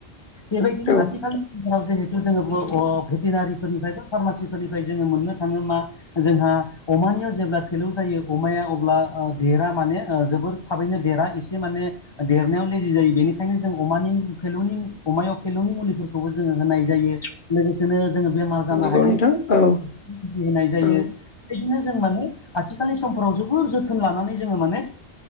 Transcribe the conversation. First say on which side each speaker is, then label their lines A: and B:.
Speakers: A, on the left; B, on the left.
A: बेबायदिनो
B: औ
A: आथिखालि <unintelligible> जिहेथु जोङो ब अ भेटेनारिफोरनिफ्राय थ फार्मासिफोरनिफ्राय जोङो मोननो थाङो मा जोंहा अमानियाव जेब्ला फेलौ जायो अमाया अब्ला ओ देरा माने जोबोर थाबैनो देरा इसे माने देरनायाव लेजि जायो बेनिखायनो जों अमानि फेलौनि अमायाव फेलौनि मुलिफोरखौबो जोङो होनाय जायो लोगोसेनो जोङो बेमार जानो
B: नंगौ
A: हायि
B: नोंथां औ
A: <unintelligible> होनाय जायो
B: औ
A: बेबायदिनो जों माने आथिखालनि समफोराव जोबोर जोथोन लानानै जोङो माने